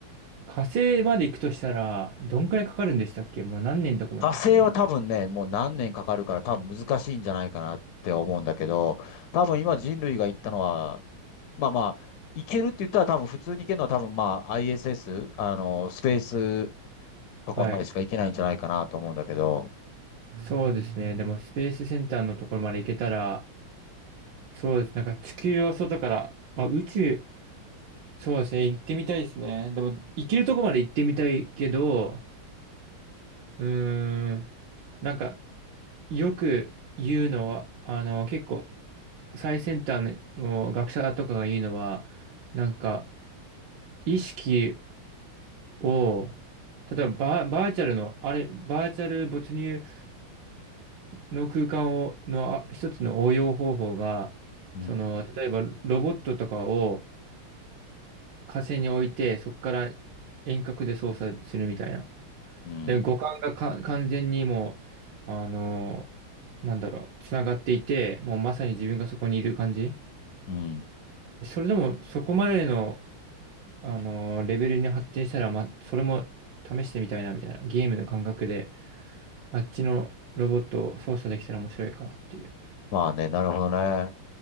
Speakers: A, on the right (about 70°); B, on the left (about 70°).
A: 火星まで行くとしたら、どんくらいかかるんでしたっけもう何年とかまでですよね。
B: 火星は多分ね、もう何年かかるから多分難しいんじゃないかなって思うんだけど、多分今人類が行ったのは、まあまあ、行けるって言ったら多分普通に行けるのは多分まあ ISS、あの、スペースとかまでしか行けないんじゃないかなと思うんだけど、
A: はい。そうですね。でも、スペースセンターのところまで行けたら、そうです。なんか地球を外から、まあ、宇宙、そうですね。行ってみたいですね。でも、行けるとこまで行ってみたいけど、うーん。なんか、よく言うのは、あの、結構、最先端の学者とかが言うのは、なんか、意識を、例えばバー、バーチャルの、あれ、バーチャル没入の空間を、のあ一つの応用方法が、
B: うん、
A: その、例えばロボットとかを火星に置いて、そこから遠隔で操作するみたいな。
B: うん、
A: で、五感がか完全にもう、あの、なんだろう、つながっていて、もうまさに自分がそこにいる感じ。
B: うん。
A: それでも、そこまでの、あのーレベルに発展したら、ま、それも試してみたいな、みたいな。ゲームの感覚で、あっちのロボットを操作できたら面白いかなっていう。
B: まあね、なるほどね。